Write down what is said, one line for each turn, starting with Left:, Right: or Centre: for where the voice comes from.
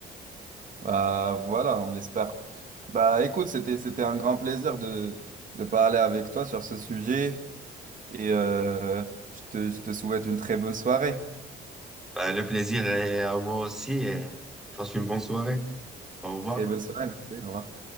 Right: Bah, voilà, on l'espère. Bah, écoute, c'était, c'était un grand plaisir de, de parler avec toi sur ce sujet. Et euh, je te, je te souhaite une très bonne soirée.
Centre: Ben, le plaisir est à moi aussi et passe une bonne soirée. Au revoir.
Right: Très bonne soirée, merci. Au revoir.